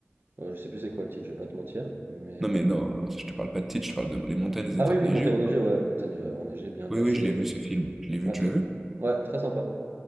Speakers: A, on the right; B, in the centre.
A: euh, je sais plus c'est quoi le titre, je vais pas te mentir. Mais.
B: Non
A: euh,
B: mais non, non, je te parle pas de titre, je parle de Les montagnes
A: ah,
B: étaient
A: ah oui,
B: enneigées
A: oui, montagne
B: ou
A: enneigée,
B: pas?
A: ouais, montagne euh, enneigée, bien glacée.
B: Oui, oui, je l'ai vu ce film. Je l'ai vu,
A: Ouais,
B: tu
A: très,
B: l'as vu?
A: ouais, très sympa.